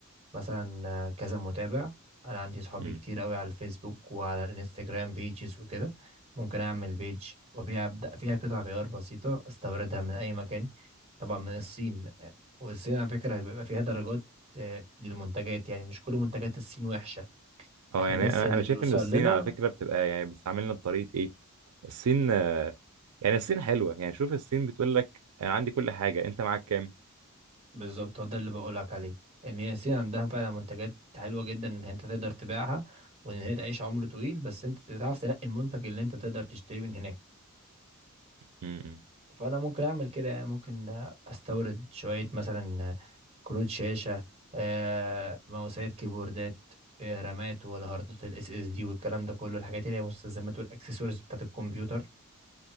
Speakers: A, on the right; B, on the right.
A: مثلا آه، كذا متابع انا عندي صحابي
B: مم.
A: كتير قوي على الفيسبوك وعلى الانستجرام بيجز وكده ممكن اعمل بيج وابيع ابدا فيها قطع غيار بسيطه استوردها من اي مكان طبعا من الصين والصين على فكره بيبقى فيها درجات آه، للمنتجات يعني مش كل منتجات الصين وحشه
B: اه
A: احنا
B: يعني
A: بس
B: انا
A: اللي
B: انا شايف
A: بيوصل
B: ان الصين
A: لنا
B: على فكره بتبقى يعني بتستعملنا بطريقه ايه الصين آه، يعني الصين حلوه يعني شوف الصين بتقول لك انا عندي كل حاجه انت معاك
A: بالظبط هو ده اللي بقولك عليه ان هي الصين عندها فعلا منتجات حلوه جدا ان انت تقدر تبيعها وان هي تعيش عمر طويل بس انت تعرف تنقي المنتج اللي انت تقدر تشتريه من هناك
B: كام
A: فانا ممكن اعمل كده يعني ممكن آه، استورد شويه مثلا آه، كروت شاشه آه، ماوسات كيبوردات آه، رامات والهاردات الاس اس دي والكلام ده كله الحاجات اللي هي مستلزمات والاكسسوارز بتاعت الكمبيوتر